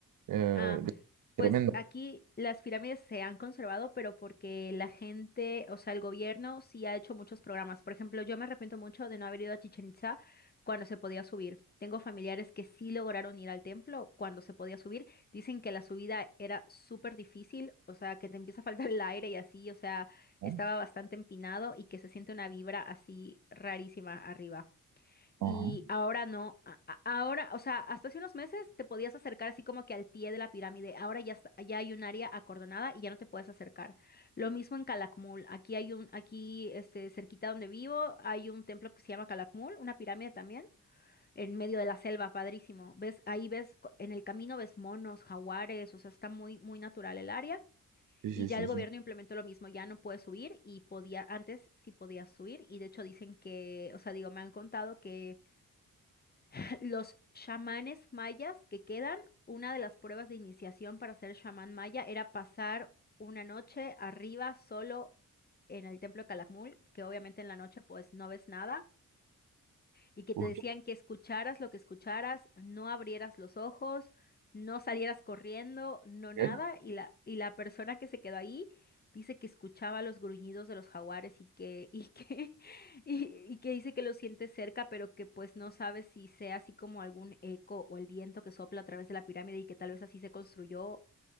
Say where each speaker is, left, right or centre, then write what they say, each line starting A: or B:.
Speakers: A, on the right (about 70°); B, on the left (about 30°).
A: Eh,
B: Ah,
A: tremendo,
B: pues aquí las pirámides se han conservado, pero porque la gente, o sea, el gobierno sí ha hecho muchos programas. Por ejemplo, yo me arrepiento mucho de no haber ido a Chichen Itza cuando se podía subir. Tengo familiares que sí lograron ir al templo cuando se podía subir. Dicen que la subida era súper difícil, o sea, que te empieza a faltar el aire y así, o sea,
A: ¿no?
B: estaba bastante empinado y que se siente una vibra así rarísima arriba.
A: Ajá.
B: Y ahora no, a- a- ahora, o sea, hasta hace unos meses te podías acercar así como que al pie de la pirámide, ahora ya, está- ya hay un área acordonada y ya no te puedes acercar. Lo mismo en Calakmul, aquí hay un, aquí este, cerquita donde vivo hay un templo que se llama Calakmul, una pirámide también, en medio de la selva, padrísimo. Ves, ahí ves, co- en el camino ves monos, jaguares, o sea, está muy, muy natural el área.
A: Sí,
B: Y
A: sí,
B: ya
A: sí,
B: el gobierno
A: sí.
B: implementó lo mismo, ya no puedes subir y podía, antes sí podías subir y de hecho dicen que, o sea, digo, me han contado que <laughs> los chamanes mayas que quedan, una de las pruebas de iniciación para ser chamán maya era pasar una noche arriba solo en el templo de Calakmul, que obviamente en la noche pues no ves nada y que
A: Uy,
B: te decían que escucharas lo que escucharas, no abrieras los ojos, no salieras corriendo, no
A: ¿qué?
B: nada, y la, y la persona que se quedó ahí dice que escuchaba los gruñidos de los jaguares y que, y que, <laughs> y, y que dice que lo siente cerca, pero que pues no sabe si sea así como algún eco o el viento que sopla a través de la pirámide y que tal vez así se construyó